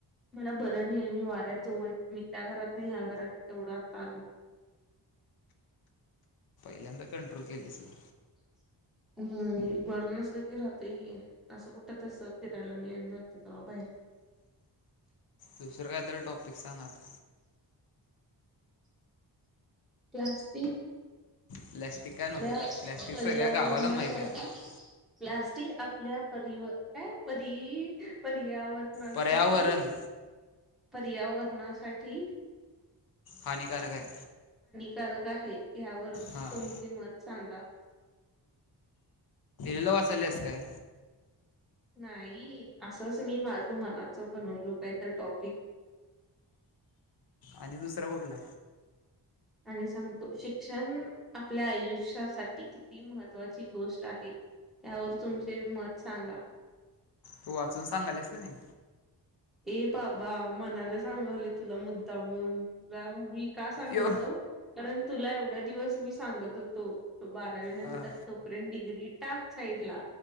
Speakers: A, in the centre; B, on the left.
A: मला बरं नाही मी वाऱ्यात जाऊय, मी त्या घरात नाही, या्या घरात तेवढा चालू <unintelligible>
B: पहिल्यांदा कंट्रोल केली सग.
A: ह बरं नसलं की राहत असं, कुठं तस फिरायला मीन जात तेव्हा बाहेर. <unintelligible>
B: दुसरं काहीतरी टॉपिक सांगात.
A: क्लास्पिक.
B: प्लॅस्टिक काय नको
A: आपल्या
B: प्लॅस्टिक
A: पर्यावरणासाठी
B: सगळ्या गावाला माहिती आहे आता
A: प्लास्टिक. आपल्या परि पर पर्यावरणासाठी.
B: पर्यावरण
A: पर्यावरणासाठी.
B: हानिकारक आहे.
A: कारक आहे यावर
B: हां
A: तुमचे मत सांगा.
B: हॅलोवा असलेस काय.
A: नाही असंच मी माझं मनाच बनवलो काहीत टॉपिक <unintelligible>
B: आणि दुसरा कुठला.
A: आणि सांगतो शिक्षण आपल्या आयुष्यासाठी किती महत्त्वाची गोष्ट आहे. त्यावर तुमचे मत सांगा.
B: तू वाचून सांगालस का नाही.
A: ए बाबा मनान सांगले, तुला मुद्दामून तुला वीक. का सांगितलं
B: यो
A: कारण. तुला एवढा दिवस मी सांगत होतो, बारावी नंतर
B: हां
A: तोपर्यंत डिग्री टाक साइड ला.